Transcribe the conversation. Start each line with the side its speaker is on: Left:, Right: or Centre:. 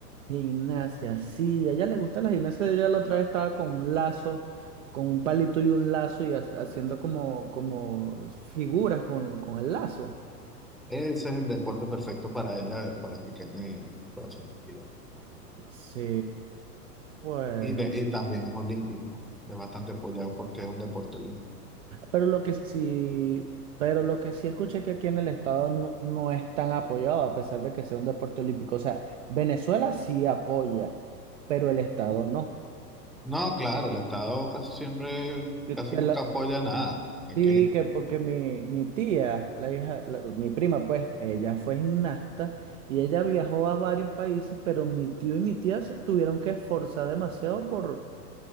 Right: gimnasia, sí, a ella le gusta la gimnasia, ella la otra vez estaba con un lazo, con un palito y un lazo y ha- haciendo como, como figuras con, con el lazo.
Centre: Ese es el deporte perfecto para ella, para que quede toda su identidad.
Right: Sí, bueno.
Centre: Y, de- y también es olímpico. Es bastante apoyado porque es un deporte olímpico.
Right: Pero lo que sí, pero lo que sí escuché que aquí en el estado no, no es tan apoyado, a pesar de que sea un deporte olímpico. O sea, Venezuela sí apoya, pero el estado no.
Centre: No, claro, el Estado casi siempre,
Right: Yo-
Centre: casi
Right: que
Centre: nunca
Right: la-
Centre: apoya nada
Right: sí,
Centre: aquí
Right: que porque mi, mi tía, la hija, la- mi prima, pues, ella fue gimnasta y ella viajó a varios países, pero mi tío y mi tía se tuvieron que esforzar demasiado por,